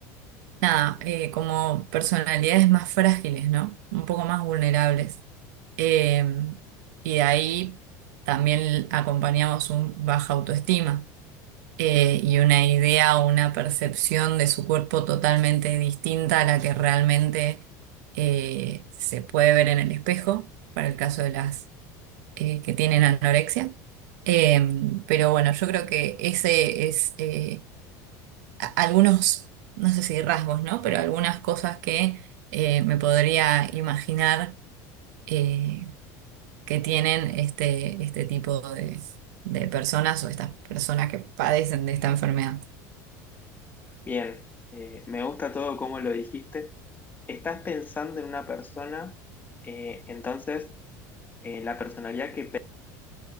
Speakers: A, on the right; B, on the left.
A: nada, eh, como personalidades más frágiles, ¿no? Un poco más vulnerables. Eh, y de ahí también acompañamos un baja autoestima eh, y una idea o una percepción de su cuerpo totalmente distinta a la que realmente eh, se puede ver en el espejo, para el caso de las eh, que tienen anorexia. Eh, pero bueno, yo creo que ese es... eh, a- algunos, no sé si rasgos, ¿no? Pero algunas cosas que eh, me podría imaginar eh, que tienen este, este tipo de, de personas o estas personas que padecen de esta enfermedad.
B: Bien, eh, me gusta todo cómo lo dijiste. estás pensando en una persona, eh, entonces eh, la personalidad que, pre-